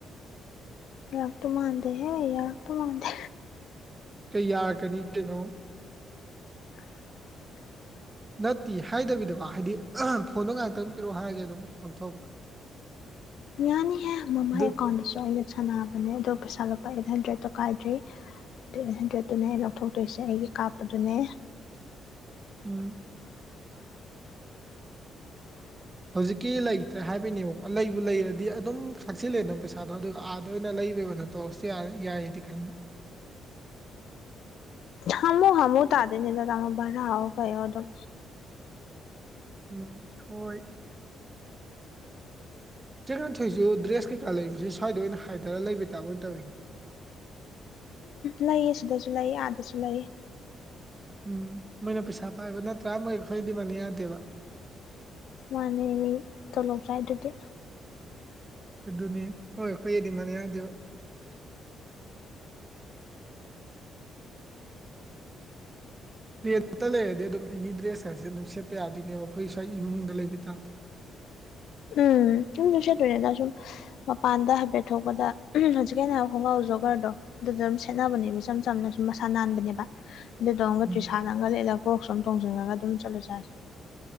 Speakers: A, on the left; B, on the right.
A: ꯌꯥꯔꯛ ꯇꯣ ꯃꯥꯥꯟꯗꯦꯍꯦ ꯌꯥꯔꯛꯇꯣ ꯃꯥꯥꯟꯗꯦ
B: ꯀꯩ ꯌꯥꯔꯛꯀꯅꯤ ꯀꯩꯅꯣ
A: <unintelligible>
B: ꯅꯠꯇꯦ ꯍꯥꯏꯗꯕꯤꯗꯀꯣ ꯍꯥꯏꯗꯤ ꯐꯣꯟꯗꯣ ꯉꯥꯏꯍꯥꯛꯇꯪ ꯄꯤꯔꯛꯑꯣ ꯍꯥꯏꯔꯒꯦ ꯑꯗꯨꯝ ꯂꯧꯊꯣꯛꯄ
A: ꯌꯥꯅꯤꯍꯦ ꯃꯃꯥꯏ
B: ꯑꯗꯨ
A: ꯑꯦꯀꯥꯎꯟꯗꯨꯁꯨ ꯑꯩꯅ ꯁꯥꯟꯅꯕꯅꯦ ꯑꯗꯣ ꯄꯩꯁꯥ ꯂꯨꯄꯥ ꯑꯩꯠ ꯍꯟꯗ꯭ꯔꯦꯠꯇꯣ ꯀꯥꯏꯗ꯭ꯔꯤ ꯑꯗꯨ ꯍꯟꯗ꯭ꯔꯦꯠꯇꯨꯅꯦ ꯂꯧꯊꯣꯛꯇꯣꯏꯁꯦ ꯑꯩꯒꯤ ꯀꯥꯞꯄꯗꯨꯅꯦ <unintelligible>
B: ꯎꯝ ꯍꯧꯖꯤꯛꯀꯤ ꯂꯩꯇ꯭ꯔꯦ ꯍꯥꯏꯕꯩꯅꯦꯕꯀꯣ ꯂꯩꯕꯨ ꯂꯩꯔꯗꯤ ꯑꯗꯨꯝ ꯁꯛꯆꯤꯜꯂꯦꯅ ꯄꯩꯁꯥꯗꯣ ꯑꯗꯨꯒ ꯑꯥꯗ ꯑꯣꯏꯅ ꯂꯩꯕꯩ ꯑꯣꯏꯅ ꯇꯧꯔꯁꯨ ꯌꯥꯏ ꯌꯥꯏꯑꯗꯤ ꯈꯟꯕ
A: ꯍꯃꯨ ꯍꯃꯨ ꯇꯥꯗꯣꯏꯅꯤꯗ ꯚꯔꯥ ꯍꯣ ꯀꯩꯍꯣ ꯑꯗꯨꯝ
B: ꯎꯝ ꯍꯣꯏ ꯆꯦ ꯉꯥꯟꯊꯣꯏꯁꯨ ꯗ꯭ꯔꯦꯁ ꯀꯩꯀꯥ ꯂꯩꯕꯁꯦ ꯁ꯭ꯋꯥꯏꯗ ꯑꯣꯏꯅ ꯍꯥꯏꯗꯔꯒ ꯂꯩꯕꯩ ꯇꯥꯏꯕ ꯑꯣꯏꯅ ꯇꯧꯋꯤꯅꯦ
A: ꯂꯩꯌꯦ ꯁꯤꯗꯁꯨ ꯂꯩꯌꯦ ꯑꯥꯗꯁꯨ ꯂꯩꯌꯦ
B: ꯎꯝ ꯃꯣꯏꯅ ꯄꯩꯁꯥ ꯄꯥꯏꯕ ꯅꯠꯇ꯭ꯔꯥ ꯃꯣꯏ ꯑꯩꯈꯣꯏꯗꯤ ꯃꯥꯟꯅ ꯌꯥꯗꯦꯕ
A: ꯃꯥꯅꯦ ꯃꯤ ꯇꯣꯂꯣꯞ ꯆꯥꯏꯗꯨꯗꯤ
B: ꯑꯗꯨꯅꯤ ꯃꯣꯏꯒ ꯑꯩꯈꯣꯏꯒꯗꯤ ꯃꯥꯅꯦ ꯌꯥꯗꯦꯕ ꯔꯦꯟꯇ ꯂꯩꯔꯗꯤ ꯑꯗꯨꯝ ꯑꯦꯅꯤ ꯗ꯭ꯔꯦꯁꯀꯁꯦ ꯑꯗꯨꯝ ꯁꯦꯠꯄ ꯌꯥꯗꯣꯏꯅꯦꯕ ꯑꯩꯈꯣꯏ ꯁ꯭ꯋꯥꯏ ꯏꯃꯨꯡꯗ ꯂꯩꯕꯤ ꯇꯥꯏꯞꯇ
A: ꯎꯝ <unintelligible> ꯁꯦꯠꯇꯣꯏꯅꯦꯗ ꯆꯨꯝꯅ ꯁꯨꯝ ꯃꯄꯥꯟꯗ ꯍꯥꯏꯐꯦꯠ ꯊꯣꯛꯄꯗ ꯍꯧꯖꯤꯛꯀꯥꯟꯅ ꯈꯣꯡꯒꯥꯎ ꯖꯣꯒꯔꯗꯣ ꯗꯨꯗꯨꯝ ꯁꯦꯠꯅꯕꯅꯦꯕ ꯏꯆꯝ ꯆꯝꯅ ꯁꯨꯝ ꯃꯁꯥ ꯅꯥꯟꯕꯅꯦꯕ ꯑꯗꯨꯗꯧ ꯑꯃꯝꯒ
B: ꯎꯝ
A: ꯇ꯭ꯔꯤꯁꯥꯟꯠꯅ ꯑꯃꯒ ꯂꯤꯠꯂꯒ ꯀꯣꯛꯁꯨ ꯑꯗꯨꯝ ꯇꯣꯡꯁꯤꯜꯂꯒ ꯑꯗꯨꯝ ꯆꯠꯂ ꯆꯥꯁꯤꯦ